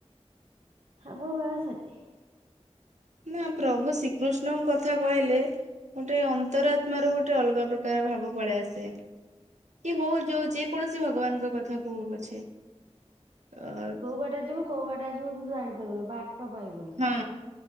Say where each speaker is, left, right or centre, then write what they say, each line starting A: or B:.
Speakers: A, on the right; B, on the right.
A: ସବୁବେଳେ ସେଠି।
B: ନା ପ୍ରଭୁ ଶ୍ରୀକୃଷ୍ଣଙ୍କ କଥା କହିଲେ ଗୋଟେ ଅନ୍ତରାତ୍ମରୁ ଗୋଟେ ଅଲଗା ପ୍ରକାର ଭାବ ପଳେଆସେ। କି ହୋଉ ଯୋଉ ଯେ କୌଣସି ଭଗବାନଙ୍କ କଥା କୋହୁ ପଛେ ଅ
A: କୋଉ ବାଟେ ଯିବୁ କୋଉ ବାଟେ ଆସିବୁ ତୁୁ ଜାଣିପାରିବୁନି ବାଟ ପାଇବୁନି
B: ହଁ